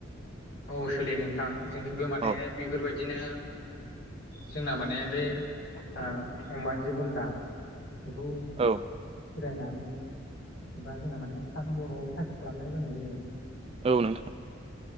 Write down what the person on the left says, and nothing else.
औ सोलियो नोंथां जोंनिखैबो माने
बेफोरबायदिनो जोंना माने बे ओ अमा जि बुन्दा बेखौ
फिरायनानै एबा जोंना माने बर'आव <unintelligible> कासि खालामनाय बो होननाय जायो।